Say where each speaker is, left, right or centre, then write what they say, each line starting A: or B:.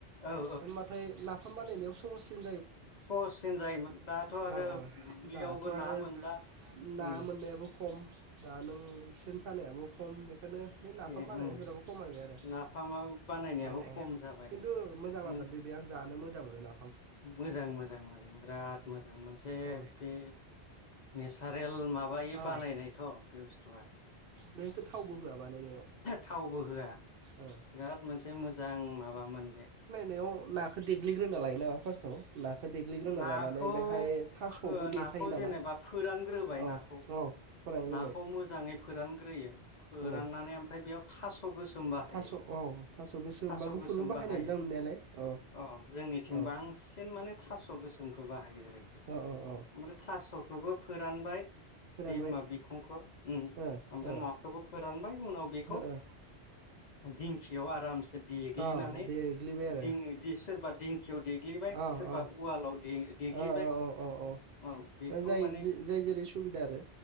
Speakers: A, on the left; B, on the right.
A: औ
B: होमबाथाय नाफाम बानायनायाव स'सिन
A: स'हाससिन जायोमोन दाथ' आरो
B: औ
A: दुब्लियावबो
B: दाथ' आरो
A: ना मोनला
B: ना
A: उम
B: मोननायाबो खम दा नों सेन सानायाबो खम बेखौनो बे
A: एसे
B: नाफाम बालायनायफोरबो
A: ओं
B: खमायबाय आरो
A: नाफामा बानायनायाबो
B: औ औ
A: खम जाबाय
B: खिन्थु मोजां
A: मोनथ
B: आदार दे आं जा मोजां मोनोना
A: मोजां मोजां मोजां बिराद मोजां मोनसे
B: औ
A: बे नेसारेल माबायै
B: औ
A: बानायनायथ' बे बुस्थुआ।
B: बेनोसो थावबो हा बानायनायाव
A: थावबो होआ
B: ओ।
A: बिराद मोनसे मोजां माबामोन बे
B: एव नाखौ देग्लिग्रोना लायो ना फार्स्टआव? नाखौ देग्लिग्रोना
A: नाखौ
B: लानानै बेहाय थास'बो
A: फो
B: देफायो
A: नाखौ
B: नामा
A: जेनेबा फोरानग्रोबाय
B: औ
A: नाखौ
B: औ। फोरानग्रोबाय
A: नाखौ मोजाङै फोरानग्रोयो फोराननानै
B: ओ
A: आमफ्राय बेयाव थास' खौ गोसोम बाहायो
B: थास' औ थास' गोसोम
A: थास'
B: बा गुफुरबो
A: गोसोम
B: बाहायनाय
A: बाहायो
B: नुदां नुनायालाय औ
A: अ जोंनिथिं
B: औ
A: बांसिन माने थास' गोसोमखौ बाहायो
B: औ औ औ
A: आमफ्राय थास' बोबो फोरानबाय
B: फोरानबाय
A: बिखं'खो उ
B: ओ
A: आमफ्राय
B: ओ
A: नाखौबो फोरानबाय उनाव बेखौ
B: ओ ओ
A: दिंखियाव आरामस देग्लिनानै
B: अ देग्लिबाय आरो
A: दिङदि सोरबा थियाव देग्लिबाय
B: अ
A: सोरबा
B: अ
A: उवालाव दे-देग्लिबाय
B: अ अ अ अ
A: औ बेखौ
B: दा जाय
A: माने
B: जाय जेरै सुबिदा आरो